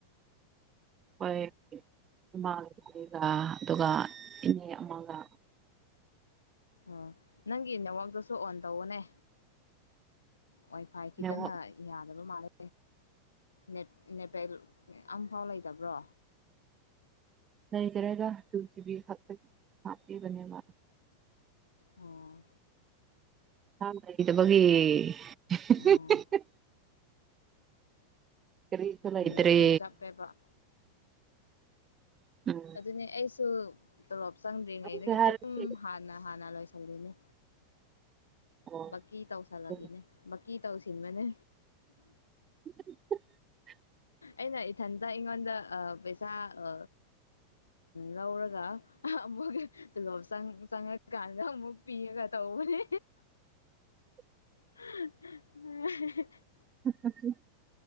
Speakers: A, on the right (about 25°); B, on the left (about 75°).
A: ꯍꯣꯏ ꯏꯃꯥ <inaudible> ꯑꯗꯨꯒ ꯏꯅꯦ ꯑꯃꯒ
B: ꯑꯣ ꯅꯪꯒꯤ ꯅꯦꯠꯋꯔꯇꯨꯁꯨ ꯑꯣꯟ ꯇꯧꯋꯣꯅꯦ ꯋꯥꯏꯐꯥꯏ ꯈꯤꯇꯪ
A: ꯅꯦꯠꯋꯥꯛ
B: ꯍꯥꯏ ꯌꯥꯗꯕ ꯃꯥꯜꯂꯦ ꯅꯦꯠ ꯅꯦꯠꯄꯦꯛ ꯑꯃꯝꯐꯥꯎ ꯂꯩꯇꯕ꯭ꯔꯣ
A: ꯂꯩꯇ꯭ꯔꯦꯗ ꯇꯨꯖꯤꯕꯤ ꯈꯛꯇꯒꯤ ꯍꯥꯞꯄꯤꯕꯅꯦꯕ
B: ꯑꯣ
A: <unintelligible> ꯂꯩꯇꯕꯒꯤ
B: ꯑꯣ
A: ꯀꯔꯤꯁꯨ ꯂꯩꯇꯔꯦ
B: ꯅꯦꯠꯇꯣ ꯆꯞꯄꯦꯕ
A: ꯎꯝ
B: ꯑꯗꯨꯅꯦ ꯑꯩꯁꯨ ꯇꯣꯂꯣꯞ ꯆꯪꯗ꯭ꯔꯤꯉꯩꯗꯒꯤ
A: ꯇꯧꯁꯦ
B: ꯑꯗꯨꯝ
A: ꯍꯥꯏꯔꯗꯤ
B: ꯍꯥꯟꯅ ꯍꯥꯟꯅ ꯂꯣꯏꯁꯤꯜꯂꯤꯅꯦ
A: ꯑꯣ
B: ꯕꯛꯀꯤ ꯇꯧꯁꯜꯂꯒꯦꯅꯦ
A: ꯑꯗꯨꯅꯦ
B: ꯕꯀꯤ ꯇꯧꯁꯤꯟꯕꯅꯦ
A: <inaudible>
B: ꯑꯩꯅ ꯏꯊꯟꯇ ꯑꯩꯉꯣꯟꯗ ꯑ ꯄꯩꯁꯥ ꯑ
A: <inaudible>
B: ꯂꯧꯔꯒ ꯑꯃꯨꯛ ꯇꯣꯂꯣꯞ ꯆꯪ ꯆꯪꯉꯛꯀꯥꯟꯗ ꯑꯃꯨꯛ ꯄꯤꯔꯒ ꯇꯧꯕꯅꯦ
A: <unintelligible>
B: <unintelligible>
A: <unintelligible>